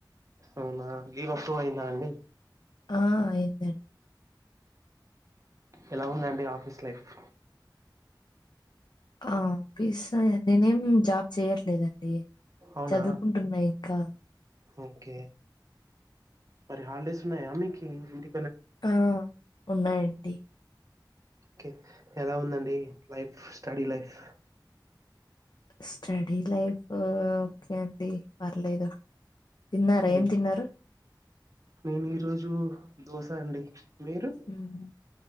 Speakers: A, on the right; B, on the left.
A: అవునా లీవ్ అప్రూ అయ్యిందా అండి
B: ఆ అయిందన్
A: ఎలా ఉందండి ఆఫీస్ లైఫ్
B: ఆఫీసా నేనేం జాబ్ చేయట్లేదండి
A: అవునా
B: చదువుకుంటున్నా ఇంకా
A: ఓకే మరి హాలిడేస్ ఉన్నాయా మీకి ఇంటి
B: ఆ ఉన్నాయండి
A: ఒకే ఎలా ఉందండి life study life
B: study life హ్ కే అండి పర్లేదు తిన్నారా
A: హు
B: ఏం తిన్నారు
A: నేను ఈ రోజు దోశ అండి మీరు
B: హ్మ్